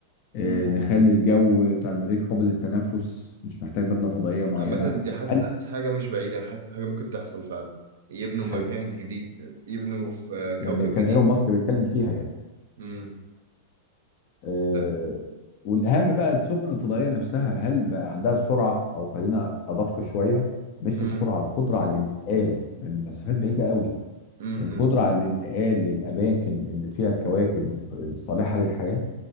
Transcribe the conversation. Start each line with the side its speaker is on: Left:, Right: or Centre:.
Left: آه،
Right: امم
Left: نخلي الجو بتاع المريخ قابل للتنفس مش محتاج بدله فضائيه معينه
Right: عامة دي حاسس
Left: هل
Right: حاسس حاجة مش بعيدة حاسس حاجة ممكن تحصل فعلا يبنوا
Left: حقيقي
Right: مكان جديد يبنوا في آه،
Left: يعني
Right: كوكب
Left: كان
Right: جديد
Left: ايلون ماسك بيتكلم فيها يعني
Right: امم
Left: آه،
Right: لا
Left: والاهم بقى السفن الفضائيه نفسها هل بقى عندها السرعه او خلينا ادق شويه مش
Right: امم
Left: السرعه القدره على الانتقال لان المسافات بعيده قوي
Right: امم
Left: القدره على الانتقال للاماكن اللي فيها الكواكب الصالحه للحياه